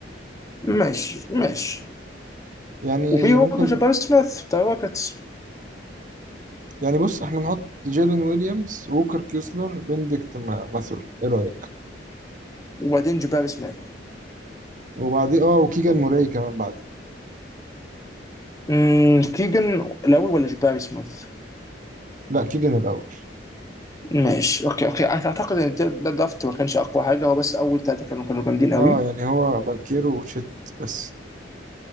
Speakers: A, on the left (about 20°); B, on the right (about 45°).
A: ماشي ماشي
B: يعني
A: وفي برضه
B: ممكن
A: جباري سميث بتاع روكيتس
B: يعني بص احنا نحط جيلين ويليامز ووكر كيسلر بندكت ما- ماثور ايه رأيك
A: وبعدين جباري سميث
B: وبعدين اه وكيجان موراي كمان بعدين
A: أمم، كيجن الاول ولا جباري سميث
B: لا كيجان الأول
A: ماشي اوكي اوكي أعت- اعتقد ان ده ده درافت ما كانش اقوى حاجه هو بس اول ثلاثه كانوا كانوا جامدين قوي
B: اه يعني هو بانكيرو وشيت بس